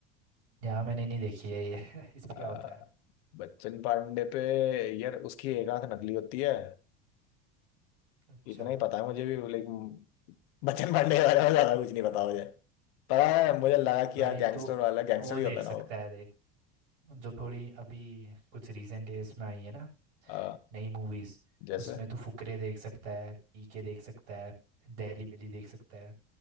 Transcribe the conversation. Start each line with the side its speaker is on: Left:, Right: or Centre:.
Right: यहाँ मैंने नहीं देखी है ये <laughs> इसमें
Left: अ,
Right: क्या होता है
Left: बच्चन पांडे पे यार उसकी एक आंख नकली होती है
Right: अच्छा
Left: इतना ही पता है मुझे भी लेकिन बच्चन पांडे के बारे में ज्यादा कुछ नहीं पता मुझे पर हाँ, मुझे लगा कि
Right: भाई
Left: यार गैंगस्टर
Right: तो
Left: वाला गैंगस्टर
Right: वो
Left: ही
Right: देख
Left: होता है
Right: सकता
Left: ना वो
Right: है देख जो थोड़ी अभी कुछ रिसेंट एज में आई है ना
Left: अ,
Right: नई मूवीज
Left: जैसे
Right: उसमें तो फुकरे देख सकता है पीके देख सकता है दहली बेली देख सकता है